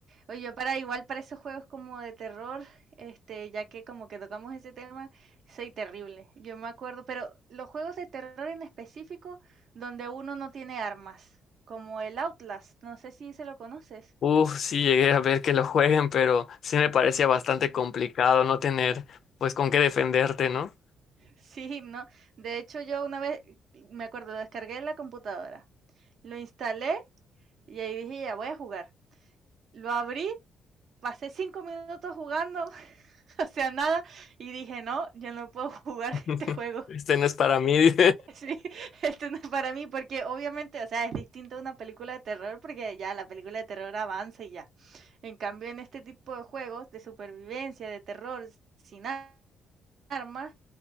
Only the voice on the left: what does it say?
Uf,
sí llegué a ver que lo jueguen, pero sí me parecía bastante complicado no tener pues con qué defenderte, ¿no?
<laughs>
Este no es para mí.